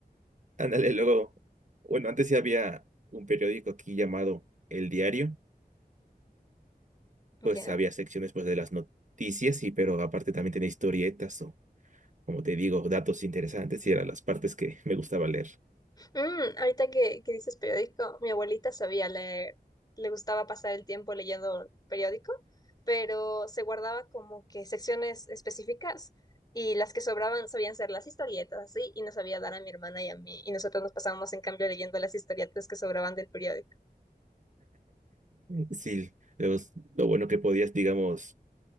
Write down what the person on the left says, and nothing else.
¿Ya?
Mm, ahorita que, que dices periódico, mi abuelita sabía leer, le gustaba pasar el tiempo leyendo periódico, pero se guardaba como que secciones específicas y las que sobraban sabían ser las historietas, así, y nos sabía dar a mi hermana y a mí, y nosotros nos pasábamos en cambio leyendo las historietas que sobraban del periódico.